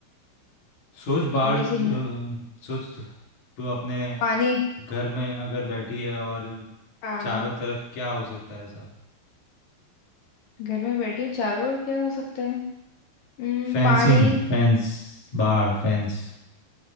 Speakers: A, on the left (about 35°); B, on the left (about 70°).
A: सोच
B: थोड़ी
A: बाढ़ ज-
B: सी हिंट
A: अ, सोच तू अपने
B: पानी
A: घर में अगर बैठी है और
B: हाँ
A: चारों तरफ क्या हो सकता है ऐसा
B: घर में बैठी हूँ चारों ओर क्या हो सकता है हम्म,
A: फेंसिंग
B: पानी
A: फेंस बाढ़ फेंस